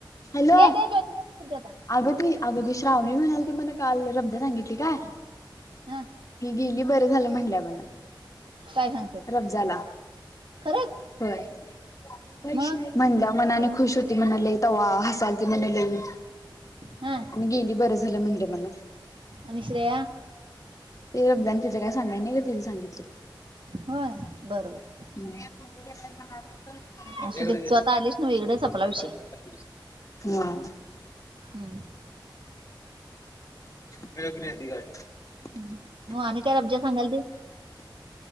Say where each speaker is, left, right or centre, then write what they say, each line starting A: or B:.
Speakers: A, on the left; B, on the right.
A: हॅलो.
B: ए दे ज्योती मम्मी दे आता.
A: अगदी अगदी श्रावणी म्हणाल ती मला काल रब्द सांगितली काय.
B: हं
A: ही गेली बरं झालं म्हंटल्या म्हणा.
B: काय सांगते?
A: रबजाला
B: खरंच?
A: होय पैशे.
B: मग
A: म्हणल्या मनाने खुश होती म्हणा लई त वा हसाल म्हणे लई.
B: हं
A: आणि गेली बरं झालं म्हणले मणा.
B: आणि श्रेया.
A: ते रब्द आणि तिं काय सांगाय नाही का तिने सांगितली.
B: होय बरोबर.
A: <unintelligible>
B: असू दे तू आता आलीस ना इकडे संपला विषय.
A: हम्म.
B: हम्म.
A: <unintelligible>
B: मग आणि काय रब्जा सांगाल ते